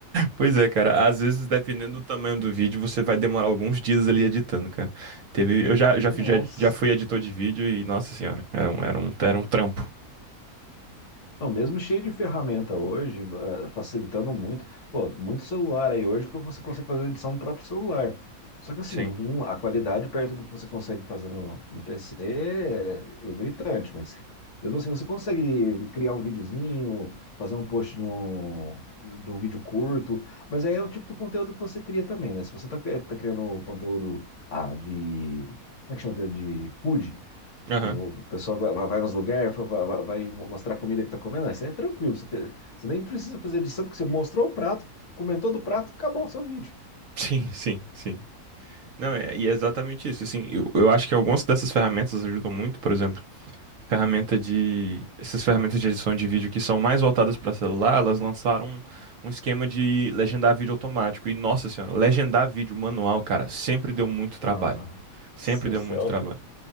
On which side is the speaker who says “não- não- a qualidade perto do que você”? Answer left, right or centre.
Left